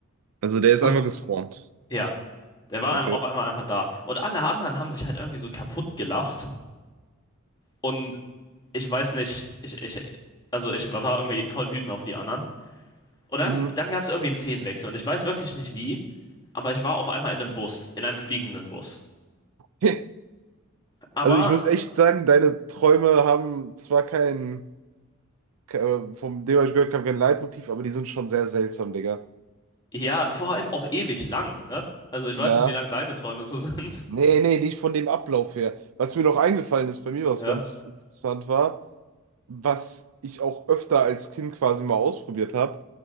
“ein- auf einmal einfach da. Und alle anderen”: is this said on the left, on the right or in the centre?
Left